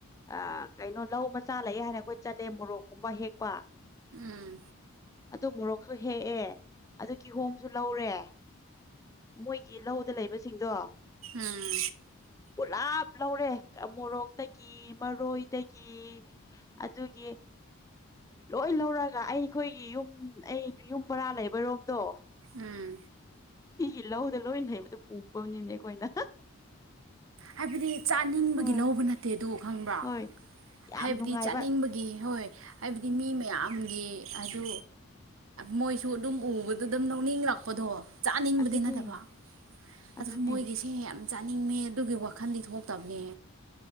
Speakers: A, on the left (about 15°); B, on the right (about 70°).
A: ꯑ ꯀꯩꯅꯣ ꯂꯧ ꯃꯆꯥ ꯂꯩꯑꯦ ꯍꯥꯏꯅ ꯑꯩꯈꯣꯏ ꯆꯠꯂꯦ ꯃꯣꯔꯣꯛꯀꯨꯝꯕ ꯍꯦꯛꯄ
B: ꯎꯝ
A: ꯑꯗꯨ ꯃꯣꯔꯣꯛꯁꯨ ꯍꯦꯛꯑꯦ ꯑꯗꯨ ꯀꯤꯍꯣꯝꯁꯨ ꯂꯧꯔꯦ ꯃꯣꯏꯒꯤ ꯂꯧꯗ ꯂꯩꯕꯁꯤꯡꯗꯣ
B: ꯎꯝ
A: ꯄꯨꯂꯥꯞ ꯂꯧꯔꯦ ꯃꯣꯔꯣꯛꯇꯒꯤ ꯃꯔꯣꯏꯗꯒꯤ ꯑꯗꯨꯒꯤ ꯂꯣꯏ ꯂꯧꯔꯒ ꯑꯩꯈꯣꯏꯒꯤ ꯌꯨꯝ ꯑꯩ ꯌꯨꯝ ꯕꯔꯥ ꯂꯩꯕꯔꯣꯝꯗꯣ
B: ꯎꯝ
A: ꯏ ꯂꯧꯗ ꯂꯣꯏꯅ ꯍꯩꯕꯗꯨꯣ ꯄꯨꯕꯅꯤꯅꯦ ꯑꯩꯈꯣꯏꯅ
B: ꯍꯥꯏꯕꯗꯤ ꯆꯥꯅꯤꯡꯕꯒꯤ
A: ꯍꯣꯏ
B: ꯂꯧꯕ ꯅꯠꯇꯦ ꯑꯗꯨ ꯈꯪꯕ꯭ꯔꯥ
A: ꯍꯣꯏ
B: ꯍꯥꯏꯕꯗꯤ
A: ꯌꯥꯝ ꯅꯨꯡꯉꯥꯏꯕ
B: ꯆꯥꯅꯤꯡꯕꯒꯤ ꯍꯣꯏ ꯍꯥꯏꯕꯗꯤ ꯃꯤ ꯃꯌꯥꯝꯒꯤ ꯑꯗꯨ ꯃꯣꯏꯁꯨ ꯑꯗꯨꯝ ꯎꯕꯗ ꯑꯗꯨꯝ ꯂꯧꯅꯤꯡꯂꯛꯄꯗꯣ ꯆꯥꯅꯤꯡꯕꯗꯤ
A: ꯑꯗꯨꯅꯦ
B: ꯅꯠꯇꯕ ꯑꯗꯨ
A: ꯑꯗꯨꯅꯦ
B: ꯃꯣꯏꯒꯤꯁꯦ ꯌꯥꯝ ꯆꯥꯅꯤꯡꯃꯦ ꯑꯗꯨꯒꯤ ꯋꯥꯈꯟꯗꯤ ꯊꯣꯛꯇꯕꯅꯦ